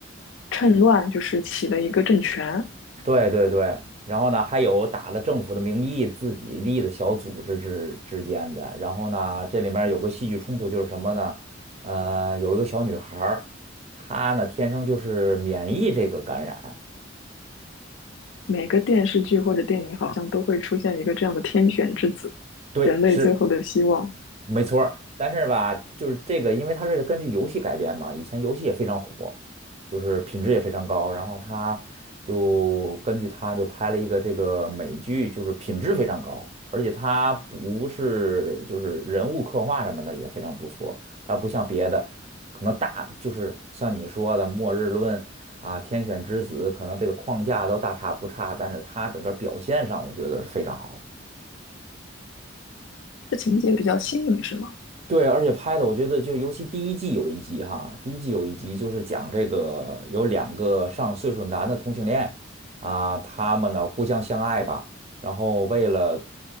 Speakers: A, on the left (about 70°); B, on the right (about 35°).
A: 趁乱，就是起了一个政权。
B: 对对对，然后呢，还有打了政府的名义自己立的小组织之之间的，然后呢，这里面有个戏剧冲突就是什么呢？呃，有一个小女孩儿，她呢天生就是免疫这个感染。
A: 每个电视剧或者电影好像都会出现一个这样的天选之子，
B: 对，
A: 人类最后的希望。
B: 是没错儿但是吧，就是这个，因为它是根据游戏改编嘛，以前游戏也非常火，就是品质也非常高，然后他就根据它就拍了一个这个美剧，就是品质非常高，而且它不是就是人物刻画什么的也非常不错，它不像别的，可能大就是像你说的《末日论》啊，《天选之子》，可能这个框架都大差不差，但是它整个表现上我觉得是非常好的。
A: 这情节比较新颖，是吗？
B: 对，而且拍的我觉得就尤其第一季有一集哈，第一季有一集就是讲这个有两个上岁数男的同性恋啊，他们呢互相相爱吧，然后为了